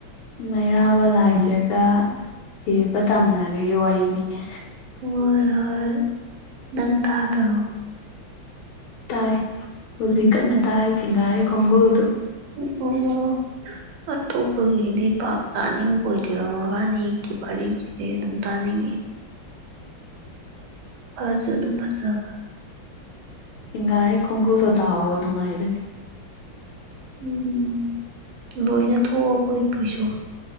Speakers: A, on the left; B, on the right.
A: ꯃꯩꯔꯥꯕ ꯂꯥꯏꯖꯒ ꯐꯤꯔꯦꯞꯄ ꯇꯥꯝꯅꯅꯕꯒꯤ ꯋꯥꯔꯤꯅꯤꯅꯦ
B: ꯍꯣꯏ ꯍꯣꯏ ꯅꯪ ꯇꯥꯗꯔꯣ
A: ꯇꯥꯏ ꯍꯧꯖꯤꯛ ꯀꯟꯅ ꯇꯥꯔꯤ ꯆꯦꯡꯒꯥꯔꯦ ꯈꯣꯡꯒꯨꯜꯗꯨ
B: ꯑꯣ ꯑꯣ ꯑꯇꯣꯞꯄꯒꯤꯗꯤ ꯄꯥꯛ ꯇꯥꯅꯤꯡ ꯑꯣꯏꯗꯦꯕꯕꯥꯅꯤꯀꯤ ꯋꯥꯔꯤ ꯑꯗꯨꯝ ꯇꯅꯤꯡ
A: <inaudible>
B: ꯐꯥꯖ ꯑꯗꯨꯝ ꯐꯖꯕ
A: ꯁꯤꯁꯤꯡꯒꯔꯤ ꯈꯣꯡꯒꯨ ꯆ ꯇ ꯅꯨꯡꯉꯥꯏꯕ
B: ꯎꯝ ꯂꯣꯏꯅ ꯊꯣꯛꯑꯒ ꯏ ꯄꯁꯨꯣ